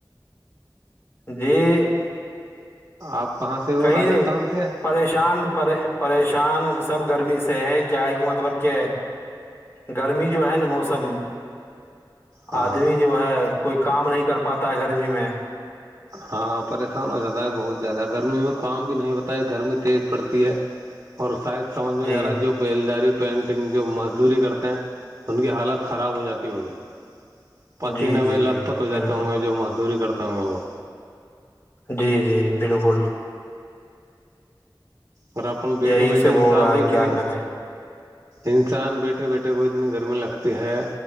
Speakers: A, on the left; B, on the right.
A: جی
B: آپ کہاں سے ہو
A: کہیں
B: راجستھان سے
A: پریشان پ پریش شان سب گرمی سے ہے کیا ہے کہ مطلب کہ گرمی جو ہے نا موسم
B: ہاں
A: آدمی جو ہے کوئی کام نہیں کر پاتا ہے گرمی میں
B: ہاں پریشان ہو جاتا ہے بہت زیادہ گرمی میں کام بھی نہیں بتائی گرمی تیز پڑتی ہے اور شاید سمجھ میں
A: جی
B: نہیں آ رہا جو بیلداری پینٹنگ جو مزدوری کرتے ہیں ان کی حالت خراب ہو جاتی ہو بھی پسینے
A: جی جی
B: میں لت
A: جی
B: پت ہو جاتے
A: بالکل
B: ہوں گے جو مزدوری کرتے ہوں گے وہ
A: جی جی بالکل
B: اور اپن بیٹھے
A: یہی
B: بیٹھے
A: سب ہو
B: انسان
A: رہا
B: کو
A: ہے
B: اتنی
A: کیا کریں
B: انسان بیٹھے بیٹھے کو اتنی گرمی لگتی ہے